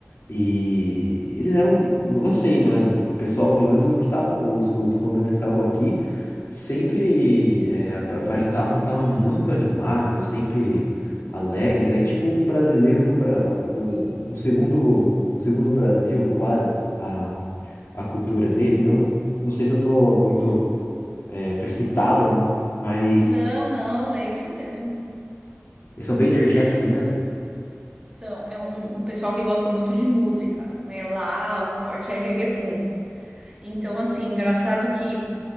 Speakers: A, on the left; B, on the right.
A: E eles eram, não sei, né? O pessoal, pelo menos o que estavam, os, os colombianos que estavam aqui, sempre é, ap- aparentavam estar muito animados, sempre alegres. É tipo um brasileiro no Bra... um, um segundo, um segundo Brasil, quase, a, a cultura
B: Sim.
A: deles. Eu não sei se eu tô muito
B: Uhum.
A: é, precipitado,
B: Uhum.
A: né? Mas
B: Não, não, é isso mesmo.
A: eles são bem energéticos mesmo.
B: São, é um, um pessoal que gosta muito de música, né? Lá o forte é reggaeton. Então, assim, engraçado que